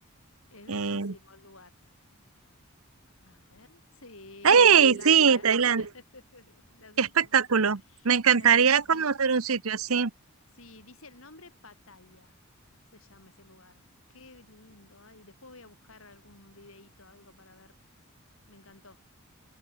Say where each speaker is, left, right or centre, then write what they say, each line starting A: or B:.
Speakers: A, on the left; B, on the right.
A: Es bellísimo
B: Eh,
A: el lugar. A ver. Sí,
B: ¡Ey!
A: Tailandia.
B: Sí, Tailandia.
A: <laughs> Le acertamos.
B: Qué espectáculo. Me encantaría
A: Hermoso.
B: conocer un sitio así.
A: Sí, dice el nombre Pattaya. Se llama ese lugar. Qué lindo. Ay, después voy a buscar algún videíto, algo para ver. Me encantó.